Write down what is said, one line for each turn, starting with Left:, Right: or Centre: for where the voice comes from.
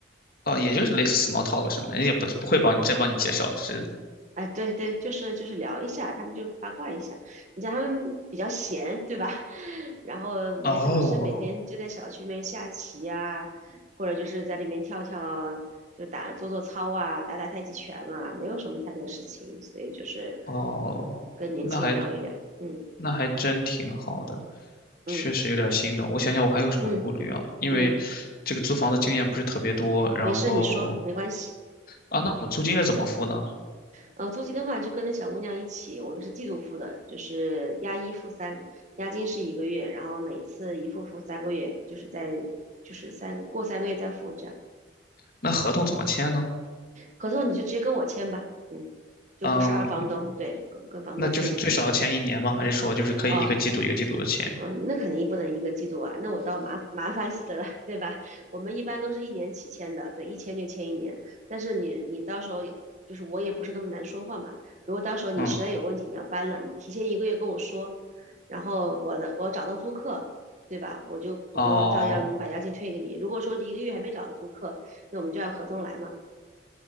Left: 哦，也就是类似 small talk 什么，人家也不不会帮你真帮你介绍，只是
Right: 哎，对对，就是就是聊一下，他们就八卦一下。你像他们比较闲，对吧？<laughs> 然后没什么事，
Left: 哦
Right: 每天就在小区里面下棋呀、或者就是在里面跳跳，就打做做操啊，打打太极拳啊，没有什么太多事情，所以就是
Left: 哦，
Right: 跟年轻人聊一聊。
Left: 那还
Right: 嗯
Left: 那还真挺好的，
Right: 嗯
Left: 确实有点心动。我想想，我还有什么顾虑啊？
Right: 嗯嗯
Left: 因为
Right: 嗯，
Left: 这个租房的经验不是特别多，然后
Right: 没事，你说没关系。
Left: 啊，那我们租金要怎么付呢？
Right: 呃，租金的话就跟着小姑娘一起，我们是季度付的，就是押一付三，押金是一个月，然后每次一付付三个月，就是在就是三过三个月再付这样。
Left: 那合同怎么签呢？
Right: 合同你就直接跟我签吧，嗯，就不是二房东，
Left: 嗯，
Right: 对，跟跟房东签。
Left: 那就是最少要签一年吗？还是说就是可以一个季度一个季度的签？
Right: 哦，嗯，那肯定不能一个季度啊，那我倒麻麻烦死了，<laughs> 对吧？我们一般都是一年起签的，对，一签就签一年。但是你你到时候也就是我也不是那么难说话嘛，如果到时候你实在有问题你要搬了，
Left: 嗯，
Right: 你提前一个月跟我说，然后我的我找到租客，对吧？我就我就照样把押金退给你。
Left: 哦
Right: 如果说一个月还没找到租客，那我们就按合同来嘛。